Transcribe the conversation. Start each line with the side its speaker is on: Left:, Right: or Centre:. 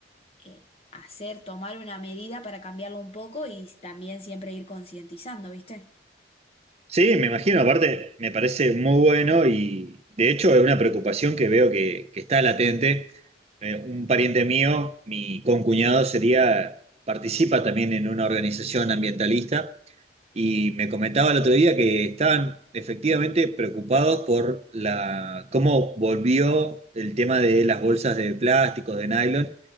Left: eh, hacer, tomar una medida para cambiarlo un poco y también siempre ir concientizando, viste.
Right: Sí, me imagino, aparte me parece muy bueno y de hecho es una preocupación que veo que, que está latente. Eh, un pariente mío, mi concuñado, sería, participa también en una organización ambientalista. Y me comentaba el otro día que estaban efectivamente preocupados por la, cómo volvió el tema de las bolsas de plásticos, de nylon,